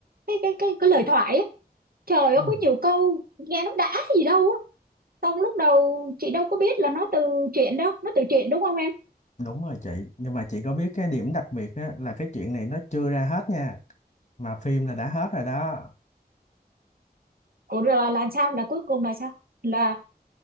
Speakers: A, on the right; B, on the left.
A: cái cái cái cái lời thoại á, trời ơi
B: ừ.
A: có nhiều câu nghe nó đã gì đâu á. Xong lúc đầu chị đâu có biết là nó từ chuyện đâu, nó từ chuyện đúng không em?
B: đúng rồi chị nhưng mà chị có biết cái điểm đặc biệt á là cái chuyện này nó chưa ra hết nha mà phim là đã hết rồi đó
A: Ủa rồi là là sao? Là cuối cùng là sao? Là